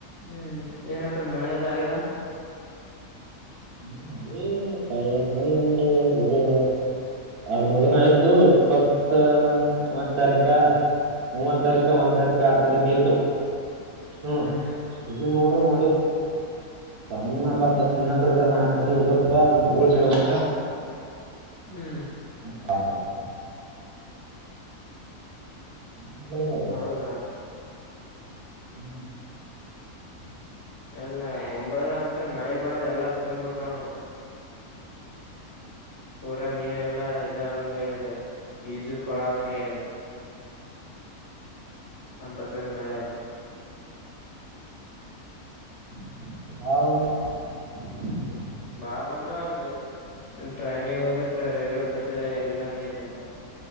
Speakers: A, on the left (about 50°); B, on the right (about 85°).
A: ಹ್ಮ್ ಏನಕಡೆ ಮಳೆದ ಆಗ್ಯದ
B: ಹ್ಮ ಅದೇ ಪಯ ಮ ಉಂದು ಎರಡ್ ಮೂರ್ ದಿನ ಆಯ್ತು ಇಪ್ಪತ್ತ ಮೂಂದ ತಾರೀಕ ಮೂವತ್ ತಾರಕ ಒಂದ
A: ಹ್ಮ್
B: ತಾರೀಕ ಆರ ತಾರೀಕ ಆಯತು ಹ್ಮ
A: ಹ್ಮ್ ಹ್ಮ್
B: ಈಗ ನೋಡ್ರಿ ಮಾಡಿ ಸಣ್ಣ ಬರ್ತ ಚೆನ್ನಾಗಿ ದಾರ ನಾಕ್ಣಿ ಓದರ್ತ ಓಳ್ಸಡ್ದ
A: ಹ್ಮ್
B: ಹತ ಹ್ಮ್ ಮಳಿ
A: ಹೌದಾ
B: ಹ್
A: ಅಲ್ಲ ಮುಂಬೈದ ಅಂತ್ರ ಮಳಿ ಬಂದ್ ಎಲ್ಲಾ ತುಂಬ್ಬಿಟ್ಟಾವ್ ನೋಡು ಪೂರ ನೀರೆಲ್ಲಾ ಇದ ಆದಂಗ ಇದೆ ಈಜು ಕೊಳ ಆದಂಗಗೆ ಇದೆ ಅಂತ ಪರಿ ಮಳಗ
B: ಹ
A: ಬಾ ಬಂದ ಅಲ್ಲಲ್ಲಿ ಟ್ರೈನಿಗೆ ಹೋದ ರೈಲ್ವೆ ಪಟ್ಟಿದ ಎಲ್ಲಾ ನೀರ್ ನಿಂತಾವ